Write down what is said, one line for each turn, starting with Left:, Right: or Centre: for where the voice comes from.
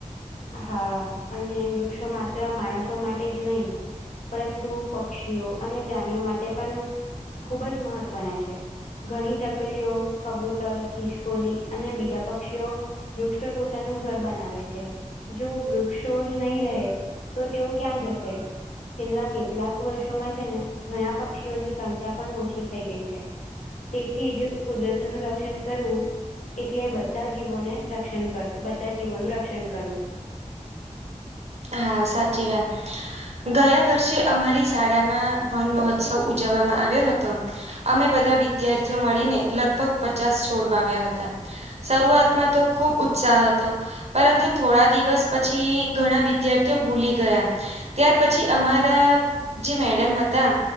Left: હા અને વૃક્ષો માત્ર માણસો માટે જ નહીં. પરંતુ પક્ષીઓ અને પ્રાણીઓ માટે પણ ખુબ જ મહત્વના છે. ઘણી ચકલીઓ, કબૂતર, ખિસકોલી અને બીજા પક્ષીઓ વૃક્ષો પોતાનું ઘર બનાવે છે. જો વૃક્ષો જ નહીં રહે તો તેઓ ક્યાં જશે? છેલ્લા કેટલાક વર્ષોમાં છે ને ઘણા પક્ષીઓની સંખ્યા પણ ઓછી થઈ ગઈ છે. તેથી જ કુદરતોનું રક્ષણ કરવું એટલે બધા જીવોને રક્ષણ કર બધા જીવોનું રક્ષણ કરવું.
Right: હા સાચી વાત. ગયા વર્ષે અમારી શાળામાં વન મહોત્સવ ઉજવવામાં આવ્યો હતો. અમે બધા વિદ્યાર્થીઓ મળીને લગભગ પચાસ છોડ વાવ્યા હતા. શરૂઆતમાં તો ખુબ ઉત્સાહ હતો, પરંતુ થોડા દિવસ પછી ઘણા વિ વિદ્યાર્થીઓ ભૂલી ગયા. ત્યાર પછી અમારા જે મેડમ હતા.